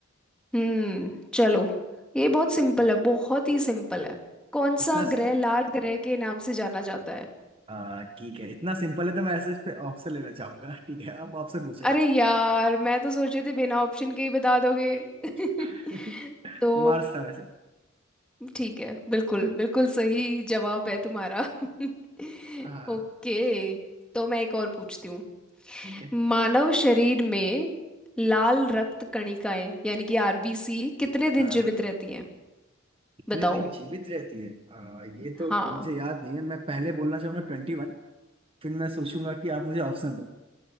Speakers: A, in the centre; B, on the right (about 25°).
A: हम्म चलो ये बहुत सिंपल है बहुत ही सिंपल है कौन
B: इतना
A: सा
B: स-
A: ग्रह लाल ग्रह के नाम से जाना जाता है
B: आ, ठीक है इतना सिंपल है तो मैं ऐसे इस पे ऑप्शन लेना चाहूंगा ठीक है आप ऑप्शन पूछो
A: अरे
B: वैसे
A: यार मैं तो सोच रही थी बिना ऑप्शन के ही बता दोगे <laughs>
B: <laughs>
A: तो
B: मार्स था वैसे
A: ठीक है बिल्कुल बिल्कुल सही जवाब है तुम्हारा <laughs>
B: हाँ
A: ओके तो मैं एक और पूछती हूँ
B: ठीक है
A: मानव शरीर में लाल रक्त कणिकाएं यानी कि आरबीसी कितने दिन
B: हाँ
A: जीवित
B: हाँ
A: रहती हैं
B: कितने
A: बताओ
B: दिन जीवित रहती है आ, ये तो
A: हाँ
B: मुझे याद नहीं है मैं पहले बोलना चाहूंगा ट्वेंटी वन फिर मैं सोचूंगा कि आप मुझे ऑप्शन दो